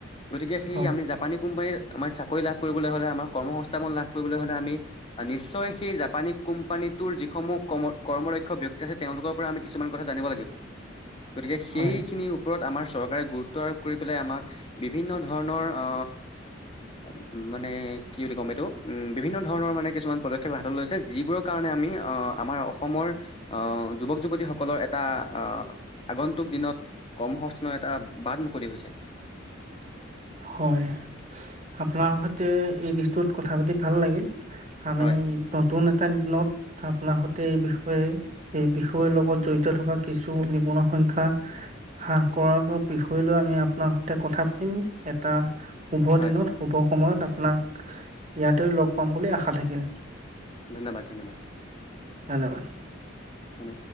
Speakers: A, on the left (about 30°); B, on the right (about 35°).
A: গতিকে সেই
B: হয়,
A: আমি জাপ পানি কোম্পানীত আমাৰ চাকৰি লাভ কৰিবলৈ হলে আমাৰ কৰ্ম সংস্থাপন লাভ কৰিবলৈ হলে আমি আ নিশ্চয় সেই জাপানী কোম্পানীটোৰ যিসমূহ কমৰ কৰ্মৰক্ষ ব্যক্তি আছে তেওঁলোকৰ পৰা আমি কিছুমান কথা জানিব লাগিব গতিকে সেইখিনিৰ
B: হয়,
A: ওপৰত আমাৰ চৰকাৰে গুৰুত্ব আৰোপ কৰি পেলাই আমাক বিভিন্ন ধ ধৰণৰ অ উ মানে কি বুলি ক'ম এইটো উম বিভিন্ন ধৰণৰ মানে কিছুমান পদক্ষেপ হাতত লৈছে যিবোৰৰ কাৰণে আমি অ আমাৰ অসমৰ অ যুৱক যুৱতীসকলৰ এটা আহ আগন্তুক দিনত কৰ্ম সংস্থানৰ এটা বাট মুকলি হৈছে
B: হয় আপোনাৰ সৈতে এই দিশটোত কথা পাতি ভাল লাগিল <inaudible> এটা
A: হয়
B: দিনত আপোনাৰ সৈতে এই বিষয়ে এই বিষয়ৰ লগত জড়িত থকা কিছু নিবনুৱা সংখ্যা হ্ৰাহ কৰাৰ বিষয় লৈ আমি আপোনাৰ সৈতে কথা পাতিম এটা শুভ
A: হয়
B: দিনত শুভ সময়ত আপোনাক ইয়াতে লগ পাম বুলি আশা থাকিল
A: ধন্যবাদ ধন্যবাদ
B: ধন্যবাদ
A: হেন